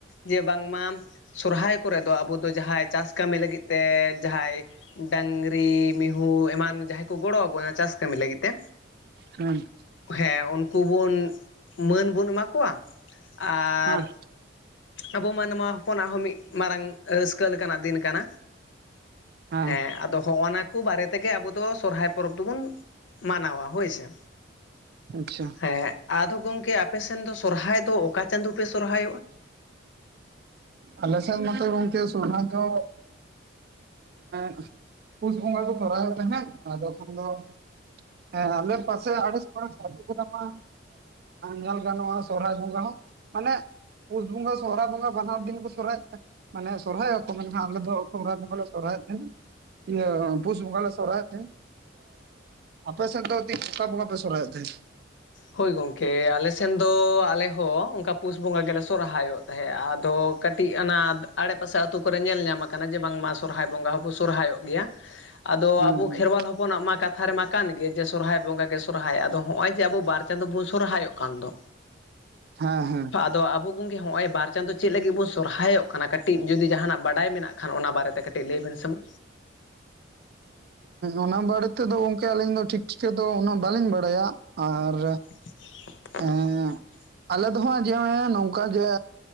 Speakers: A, on the left; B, on the right.
A: ᱡᱮ ᱵᱟᱝᱢᱟ ᱥᱚᱨᱦᱟᱭ ᱠᱚᱨᱮ ᱫᱚ ᱟᱵᱚ ᱫᱚ ᱡᱟᱦᱟᱸᱭ ᱪᱟᱥ ᱠᱟᱹᱢᱤ ᱞᱟᱹᱜᱤᱫ ᱛᱮ ᱡᱟᱦᱟᱸᱭ ᱰᱟᱝᱨᱤ ᱢᱤᱦᱩ ᱮᱢᱟᱱ ᱡᱟᱦᱟᱸᱭ ᱠᱚ ᱜᱚᱲᱚ ᱟᱵᱚᱱᱟ ᱚᱱᱟ ᱪᱟᱥ ᱠᱟᱹᱢᱤ ᱞᱟᱹᱜᱤᱫ ᱛᱮ
B: ᱦᱩᱸ
A: ᱦᱮᱸ ᱩᱱᱠᱩ ᱵᱚᱱ ᱢᱟᱹᱱ ᱵᱚᱱ ᱮᱢᱟ ᱠᱚᱣᱟ ᱟᱨ
B: ᱦᱮᱸ
A: ᱟᱵᱚ ᱢᱟᱱᱣᱟ ᱦᱚᱯᱚᱱᱟᱜ ᱦᱚᱸ ᱢᱤᱫ ᱢᱟᱨᱟᱝ ᱨᱟᱹᱥᱠᱟᱹ ᱞᱮᱠᱟᱱᱟᱜ ᱫᱤᱱ ᱠᱟᱱᱟ
B: ᱦᱮᱸ
A: ᱮ ᱟᱫᱚ ᱦᱚᱸᱜᱼᱚ ᱱᱟ ᱠᱚ ᱵᱟᱨᱮ ᱛᱮᱜᱮ ᱟᱵᱚ ᱫᱚ ᱥᱚᱨᱦᱟᱭ ᱯᱚᱨᱚᱵ ᱫᱚᱵᱚᱱ ᱢᱟᱱᱟᱣᱟ ᱦᱳᱭ ᱥᱮ
B: ᱟᱪᱪᱷᱟ
A: ᱦᱮᱸ ᱟᱫᱚ ᱜᱚᱝᱠᱮ ᱟᱯᱮ ᱥᱮᱱ ᱫᱚ ᱥᱚᱨᱦᱟᱭ ᱫᱚ ᱚᱠᱟ ᱪᱟᱸᱫᱩ ᱯᱮ ᱥᱚᱨᱦᱟᱭ
B: ᱟᱞᱮ ᱥᱮᱱ ᱢᱟᱛᱚ ᱜᱚᱝᱠᱮ ᱥᱚᱨᱦᱟᱭ ᱫᱚ <inaudible> ᱯᱩᱥ ᱵᱚᱸᱜᱟ ᱠᱚ ᱥᱚᱨᱦᱟᱭᱚᱜ ᱛᱟᱦᱮᱸᱫ ᱟᱫᱚ ᱠᱷᱟᱱ ᱫᱚ ᱦᱮᱸ ᱟᱞᱮ ᱯᱟᱥᱮ <inaudible> ᱢᱟ ᱧᱮᱞ ᱜᱟᱱᱚᱜᱼᱟ ᱥᱚᱨᱦᱟᱭ ᱵᱚᱸᱜᱟ ᱦᱚᱸ ᱢᱟᱱᱮ ᱯᱩᱥ ᱵᱚᱸᱜᱟ ᱥᱚᱨᱦᱟᱭ ᱵᱚᱸᱜᱟ ᱵᱟᱱᱟᱨ ᱫᱤᱱ ᱠᱚ ᱥᱚᱨᱦᱟᱭ <inaudible> ᱢᱟᱱᱮ ᱥᱚᱨᱦᱟᱭ ᱚᱜᱛᱚ ᱢᱟᱱᱮ ᱱᱟᱦᱜ ᱟᱞᱮ ᱫᱚ ᱥᱚᱨᱦᱟᱭ ᱵᱚᱸᱜᱟᱞᱮ ᱥᱚᱨᱦᱟᱭᱚᱜ ᱛᱟᱦᱮᱸᱱᱟ ᱤᱭᱟᱹ ᱯᱩᱥ ᱵᱚᱸᱜᱟᱞᱟ ᱥᱚᱨᱦᱟᱭᱟᱜ ᱛᱟᱦᱮᱱ ᱟᱯᱮ ᱥᱮᱫ ᱛᱤᱥ ᱚᱠᱟ ᱵᱚᱸᱜᱟᱯᱮ ᱥᱚᱨᱦᱟᱭᱚᱜ ᱛᱟᱦᱮᱜ
A: ᱦᱳᱭ ᱜᱚᱝᱠᱮ ᱟᱞᱮ ᱥᱮᱱ ᱫᱚ ᱟᱞᱮ ᱦᱚᱸ ᱚᱱᱠᱟ ᱯᱩᱥ ᱵᱚᱸᱜᱟ ᱜᱮᱞᱮ ᱥᱚᱨᱦᱟᱭᱚᱜ ᱛᱟᱦᱮᱸᱫ ᱟᱫᱚ ᱠᱟᱹᱴᱤᱡ ᱟᱱᱟ ᱟᱲᱮᱯᱟᱥᱮ ᱟᱹᱛᱩ ᱠᱚᱨᱮ ᱧᱮᱞ ᱧᱟᱢ ᱟᱠᱟᱱᱟ ᱡᱮ ᱵᱟᱝᱢᱟ ᱥᱚᱨᱦᱟᱭ ᱵᱚᱸᱜᱟ ᱦᱚᱸᱵᱚ ᱥᱚᱨᱦᱟᱭᱚᱜ ᱜᱮᱭᱟ ᱟᱫᱚ
B: ᱦᱮᱸ
A: ᱟᱵᱚ ᱠᱷᱮᱨᱣᱟᱞ ᱦᱚᱯᱚᱱᱟᱜ ᱢᱟ ᱠᱟᱛᱷᱟ ᱨᱮᱢᱟ ᱠᱟᱱ ᱜᱮ ᱡᱮ ᱥᱚᱨᱦᱟᱭ ᱵᱚᱸᱜᱟ ᱜᱮ ᱥᱚᱨᱦᱟᱭ ᱟᱫᱚ ᱦᱚᱜᱼᱚᱭ ᱡᱮ ᱟᱵᱚ ᱵᱟᱨ ᱵᱚ ᱥᱚᱨᱦᱟᱭᱚᱜ ᱠᱟᱱ ᱫᱚ
B: ᱦᱮᱸ ᱦᱮᱸ
A: ᱛᱚ ᱟᱵᱚ ᱜᱚᱝᱠᱮ ᱦᱚᱸᱜᱼᱚᱭ ᱵᱟᱨ ᱪᱟᱸᱫᱳ ᱪᱮᱫ ᱞᱟᱹᱜᱤᱫ ᱵᱚ ᱥᱚᱨᱦᱟᱭᱚᱜ ᱠᱟᱱᱟ ᱠᱟᱹᱴᱤᱡ ᱡᱩᱫᱤ ᱡᱟᱦᱟᱸ ᱱᱟᱜ ᱵᱟᱰᱟᱭ ᱢᱮᱱᱟᱜ ᱠᱷᱟᱱ ᱚᱱᱟ ᱵᱟᱨᱮᱛᱮ ᱠᱟᱹᱴᱤᱡ ᱞᱟᱹᱭ ᱵᱮᱱ ᱥᱮᱢᱟ
B: ᱚᱱᱟ ᱵᱟᱨᱮ ᱛᱮᱫᱚ ᱜᱚᱢᱠᱮ ᱟᱹᱞᱤᱧ ᱫᱚ ᱴᱷᱤᱠ ᱴᱷᱤᱠᱟᱹ ᱫᱚ ᱩᱱᱟᱹᱜ ᱵᱟᱹᱞᱤᱧ ᱵᱟᱲᱟᱭᱟ ᱟᱨ
A: <inaudible>
B: ᱮᱸ ᱟᱞᱮ ᱫᱚ ᱦᱟᱸᱜ ᱡᱮ ᱱᱚᱝᱠᱟ ᱜᱮ